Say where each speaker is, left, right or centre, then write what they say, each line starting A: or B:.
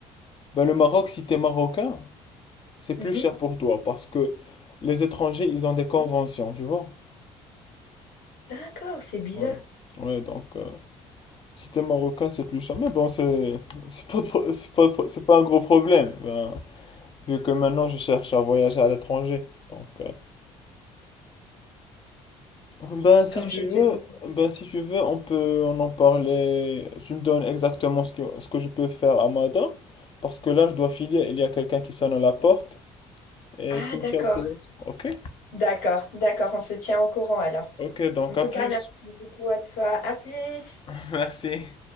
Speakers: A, on the left (about 35°); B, on the left (about 70°).
A: Ben, le Maroc, si t'es marocain, c'est plus
B: Mhm.
A: cher pour toi parce que les étrangers, ils ont des conventions, tu vois.
B: D'accord, c'est bizarre,
A: Ouais. Ouais, donc euh, si t'es marocain, c'est plus cher. Mais bon, c'est c'est pas, de pro- c'est pas, de pro- c'est pas un gros problème, ben, vu que maintenant je cherche à voyager à l'étranger. Donc, euh, ben si
B: comme
A: tu
B: je te
A: veux,
B: dis.
A: ben si tu veux, on peut on en parler. Tu me donnes exactement ce que, ce que je peux faire à Mada, parce que là, je dois filer. Il y a quelqu'un qui sonne à la porte et
B: Ah,
A: tu
B: d'accord,
A: me tiens au courant. Ok?
B: d'accord, d'accord, on se tient au courant alors.
A: Ok, donc
B: En tout
A: à plus.
B: cas, merci beaucoup à toi. À plus.
A: <laughs> Merci.